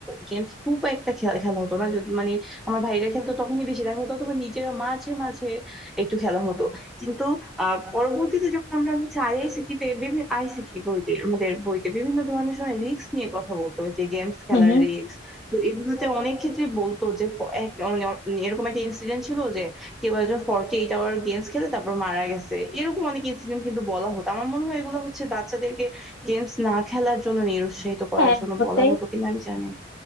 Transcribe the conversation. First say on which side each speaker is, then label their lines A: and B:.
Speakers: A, in the centre; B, on the left.
A: গেমস খুব একটা খেলা খেলা হতো না যদি- মানে আমার ভাইরা খেলতো তখনই বেশি দেখা হতো অথবা নিজেরা মাঝে মাঝে একটু খেলা হতো কিন্তু আহ পরবর্তীতে যখন আমরা হচ্ছে আইআইসিটি তে বিভিন্ন আইসিটি বইতে আমাদের বইতে বিভিন্ন ধরনের সময় রিস্ক নিয়ে কথা বলতো যে গেমস খেলার
B: হুম হুম।
A: রিস্ক তো এগুলোতে অনেক ক্ষেত্রে বলতো যে ফ- এক- মানে অ- এরকম একটা ইনসিডেন্ট ছিল যে কেউ একজন ফর্টি এইট আওয়ার গেমস খেলে তারপর মারা গেছে এরকম অনেক ইনসিডেন্ট কিন্তু বলা হতো আমার মনে হয় এগুলো হচ্ছে বাচ্চাদেরকে গেমস না খেলার জন্য নিরুৎসাহিত করার
B: হ্যাঁ
A: জন্য
B: হতেই
A: বলা হতো কিনা আমি জানি না।